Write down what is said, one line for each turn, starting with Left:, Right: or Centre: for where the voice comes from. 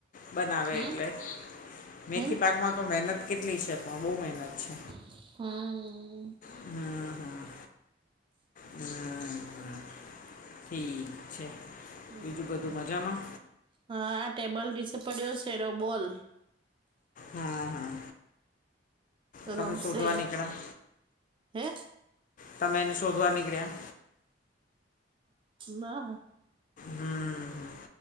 Left: બનાવે
Right: હમ
Left: એટલે. મેથી
Right: હે
Left: પાકમાં તો મહેનત કેટલી છે પણ બહુ મહેનત છે.
Right: હા
Left: હમ હમ હમ ઠીક છે
Right: હમ
Left: બીજું બધું મજામાં?
Right: હા આ ટેબલ રસે પડ્યો છે એરો બોલ
Left: હા હા તમે
Right: રમશે
Left: શોધવા નીકળ્યા?
Right: હે
Left: તમેં એને શોધવાર નીકળ્યા?
Right: ના
Left: હમ